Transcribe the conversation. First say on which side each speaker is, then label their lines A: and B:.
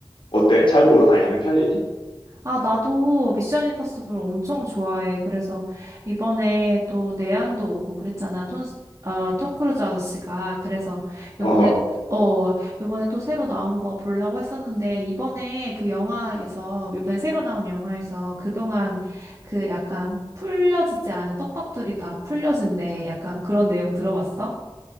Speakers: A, on the left (about 65°); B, on the right (about 35°).
A: 어때? 잘 보러 다니는 편이니?
B: 아, 나도 미션 임파서블 엄청 좋아해. 그래서 이번에 또 내한도 오고 그랬잖아. 톰, 어, 톰 크루즈 아저씨가. 그래서
A: 어,
B: 이번에, 어, 이번에 또 새로 나온 거 보려고 했었는데, 이번에 그 영화에서, 이번에 새로 나온 영화에서 그동안 그 약간 풀려지지 않은 떡밥들이 다 풀려진대. 약간 그런 내용 들어봤어?